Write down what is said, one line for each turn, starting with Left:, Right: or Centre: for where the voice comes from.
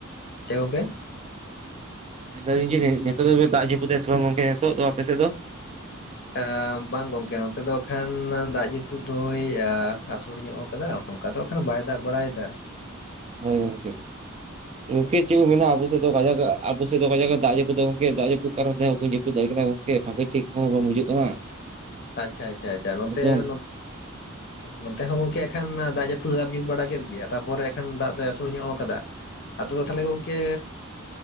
Left: ᱪᱮᱫ ᱜᱚᱝᱠᱮ
Right: ᱢᱮᱱᱫᱟᱞᱤᱧ ᱡᱮ ᱱᱤᱛᱚᱜ ᱫᱚ ᱫᱟᱜ ᱡᱟᱹᱯᱩᱫ ᱫᱟᱭ ᱥᱮ ᱵᱟᱝ ᱜᱚᱝᱠᱮ ᱱᱤᱛᱚᱜ ᱫᱚ ᱟᱯᱮ ᱥᱮᱫ ᱫᱚ?
Left: ᱮᱸ ᱵᱟᱝ ᱜᱚᱝᱠᱮ ᱱᱚᱛᱮ ᱫᱚ ᱮᱠᱷᱟᱱ ᱫᱟᱜ ᱡᱟᱹᱯᱩᱫ ᱫᱚᱭ ᱟᱹᱥᱩᱲ ᱧᱚᱜ ᱟᱠᱟᱫᱟ᱾ ᱚᱱᱠᱟ ᱫᱚ ᱮᱠᱷᱱ ᱵᱟᱭ ᱫᱟᱵ ᱵᱟᱲᱟᱭᱮᱫᱟ ᱾
Right: ᱦᱳᱭ ᱜᱚᱝᱠᱮ ᱜᱚᱝᱠᱮ ᱪᱮᱫ ᱵᱚ ᱢᱮᱱᱟ ᱟᱵᱚ ᱥᱮᱫ ᱫᱚ ᱠᱟᱡᱟᱠ ᱟᱵᱚ ᱥᱮᱫ ᱫᱚ ᱠᱟᱡᱟᱠ ᱫᱟᱜ ᱡᱟᱯᱩᱫ ᱫᱚ ᱜᱚᱝᱠᱮ ᱫᱟᱜ ᱡᱟᱯᱩᱫ ᱠᱟᱨᱚᱱ ᱛᱮ ᱦᱚᱸ ᱵᱟᱠᱚᱧ ᱡᱟᱹᱯᱤᱫ ᱫᱟᱲᱮᱭᱟᱜ ᱠᱟᱱᱟ ᱜᱚᱝᱠᱮ ᱵᱷᱟᱜᱤ ᱴᱷᱤᱠ ᱦᱚᱸ ᱵᱟᱝ ᱦᱤᱡᱩᱜ ᱠᱟᱱᱟ᱾
Left: ᱟᱪᱷᱟ ᱟᱪᱷᱟ ᱟᱪᱷᱟ ᱱᱚᱛᱮ
Right: ᱮᱠᱫᱚᱢ
Left: ᱚ ᱱᱚᱛᱮ ᱦᱚᱸ ᱜᱚᱝᱠᱮ ᱮᱱᱠᱷᱟᱱ ᱫᱟᱜ ᱡᱟᱹᱯᱩᱫ ᱫᱟᱜ ᱧᱩᱛ ᱵᱟᱲᱟ ᱠᱮᱫ ᱜᱮᱭᱟ ᱛᱟᱨᱯᱚᱨ ᱮᱱᱠᱷ ᱫᱟᱜ ᱫᱚᱭ ᱟᱹᱥᱩᱞ ᱧᱚᱜ ᱠᱟᱫᱟ᱾ ᱟᱛᱩ ᱫᱚ ᱛᱟᱦᱚᱞᱮ ᱜᱚᱢᱠᱮ